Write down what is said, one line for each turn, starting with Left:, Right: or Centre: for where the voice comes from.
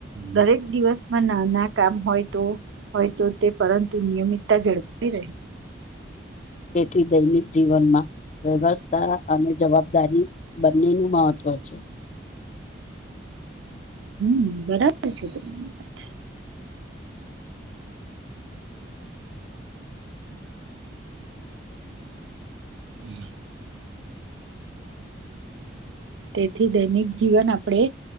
Right: દરેક દિવસમાં નાના કામ હોય તો હોય તો તે પરંતુ નિયમિતતા જળવાઈ રહે <inaudible>
Left: તેથી દૈનિક જીવનમાં વ્યવસ્થા અને જવાબદારી બંનેનું મહત્વ છે.
Right: હમ્મ બરાબર છે તમારી વાત હમ્મ તેથી દૈનિક જીવન આપડે